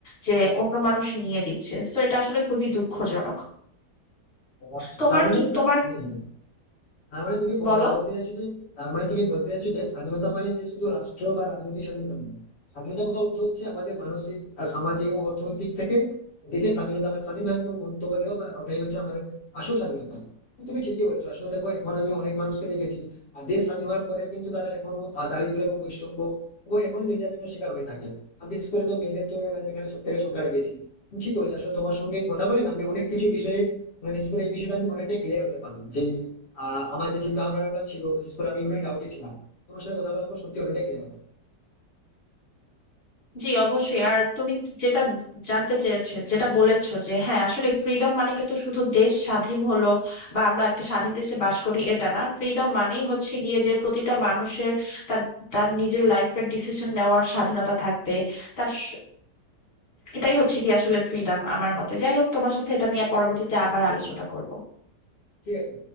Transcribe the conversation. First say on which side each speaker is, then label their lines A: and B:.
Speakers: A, on the left (about 35°); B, on the left (about 60°).
A: যে অন্য মানুষ নিয়ে দিচ্ছে তো এটা আসলে খুবই দুঃখজনক
B: আচ্ছা
A: তোমার
B: তার মানে
A: কি
B: তো-
A: তোমার
B: হ্যাঁ। তার মানে তুমি বলতে
A: বলো
B: বলতে চাইছো যে তার মানে তুমি বলতে চাইছো যে স্বাধীনতা মানে যে শুধু রাষ্ট্র বা রাজনৈতিক স্বাধীনতা নয় স্বাধীনতা কথা অর্থ হচ্ছে আমাদের মানসিক আর সামাজিক এবং অর্থনৈতিক থেকে দিকে স্বাধীনতা মানে স্বাধীনভাবে কোনো মন্তব্য দেওয়া বা ওটাই হচ্ছে আমাদের আসল স্বাধীনতা তো তুমি ঠিকই বলেছো আসলে দেখো এখন আমি অনেক মানুষকে দেখেছি আর দেশ স্বাধীন হওয়ার পরেও কিন্তু তারা এখনো আহ, দারিদ্র এবং বৈষম্য এবং এখনো নির্যাতনের শিকার হয়ে থাকে আর বিশেষ করে তো মেয়েদের তো মানে এখানে সব থেকে সংখ্যাটা বেশি তুমি ঠিক বলেছো আসলে তোমার সঙ্গে কথা বলে না আমি অনেক কিছু বিষয়ে মানে বিশেষ করে এই বিষয়টা আমি অনেকটাই ক্লিয়ার হতে পারলাম যে আহ আমার যে চিন্তা ভাবনা ছিল বিশেষ করে আমি অনেক ডাউটে ছিলাম তোমার সাথে কথা বলার পর সত্যি অনেকটা ক্লিয়ার হতো
A: জি অবশ্যই আর তুমি যেটা জানতে চেয়েছো যেটা বলেছো যে হ্যাঁ আসলে ফ্রিডম মানে কিন্তু শুধু দেশ স্বাধীন হলো বা আমরা একটা স্বাধীন দেশে বাস করি এটা না ফ্রিডম মানেই হচ্ছে গিয়ে যে প্রতিটা মানুষের তার তার নিজের লাইফের ডিসিশন নেওয়ার স্বাধীনতা থাকবে তার স- এটাই হচ্ছে কি আসলে ফ্রিডম আমার মতে যাই হোক তোমার সাথে এটা নিয়ে পরবর্তীতে আবার আলোচনা করব
B: ঠিক আছে